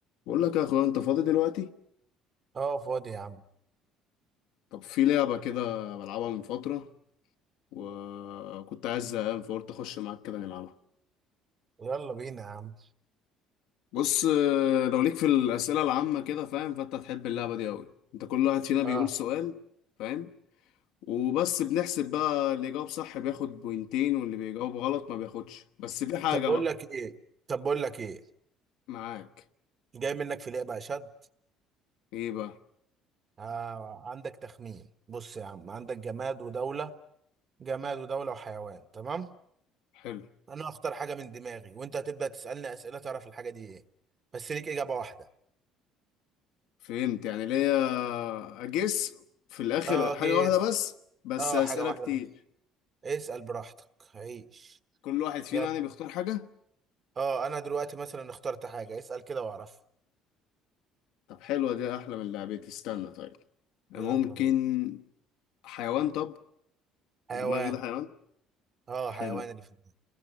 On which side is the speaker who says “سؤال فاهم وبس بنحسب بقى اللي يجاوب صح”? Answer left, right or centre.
Left